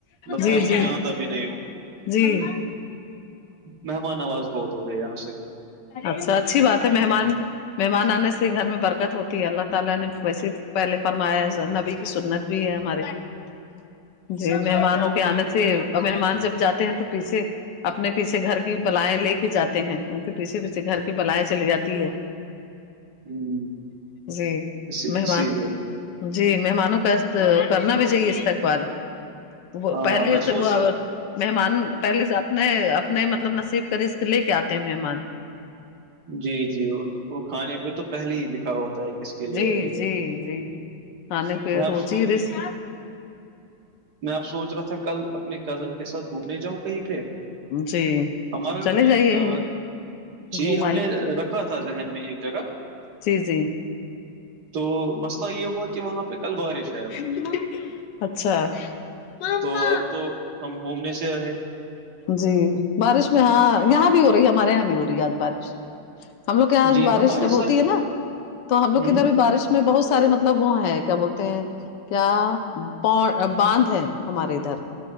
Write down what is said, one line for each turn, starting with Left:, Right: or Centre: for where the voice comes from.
Right: مطلب
Left: جی
Right: میں اس
Left: جی
Right: کو جانتا بھی نہیں ہوں
Left: جی
Right: مہمان نواز بہت ہوتے یہاں سے
Left: اچھا اچھی بات ہے مہمان مہمان آنے سے گھر میں برکت ہوتی ہے اللہ تعالی نے ویسے پہلے فرمایا نبی کی سنت بھی ہے ہمارے
Right: <inaudible>
Left: جی مہمانوں کے آنے سے مہمان جب جاتے ہیں تو پیچھے اپنے پیچھے گھر کی بلائیں لے کے جاتے ہیں ان کے پیچھے پیچھے گھر کی بلائیں چلی جاتی ہے
Right: ہوں
Left: جی
Right: اسی
Left: مہمان
Right: اسی لیے
Left: جی مہمانوں کا کرنا بھی چاہیے استقبال وہ
Right: ہاں
Left: پہلے
Right: میں سوچ
Left: سے ہوا
Right: رہا
Left: مہمان پہلے سے اپنے اپنے مطلب نصیب کا رزاق لے کے آتے ہیں مہمان
Right: جی جی وہ کھانے پہ تو پہلے ہی لکھا ہوتا ہے کس کے لیے
Left: جی
Right: ہے
Left: جی جی کھانے پہ
Right: میں آپ
Left: روزی
Right: سو
Left: رزق
Right: میں آب سوچ رہا تھا کل اپنے کزن کے ساتھ گھومنے جاؤں کہیں پہ
Left: جی
Right: ہمارا
Left: چلے جائیے
Right: آ یہ
Left: گھوم
Right: ہم
Left: آئیے
Right: نے رکھا تھا ذہن میں ایک جگہ
Left: جی جی
Right: تو مسئلہ یہ ہوا کہ وہاں پہ کل بارش ہے اب
Left: ہما اچھا مما
Right: تو اب تو ہم گھومنے سے رہے
Left: جی بارش میں ہاں یہاں بھی ہو رہی ہے ہمارے یہاں بھی ہو رہی ہے آج بارش ہم لوگ کے یہاں
Right: جی
Left: بارش
Right: ہمارے ساتھ
Left: ہوتی ہے نہ تو ہم لوگ
Right: ہوں
Left: ادھر بھی بارش یہ بہت سارے مطلب وہ ہے کیا بولتے ہیں کیا باندھ ہے ہمارے ادھر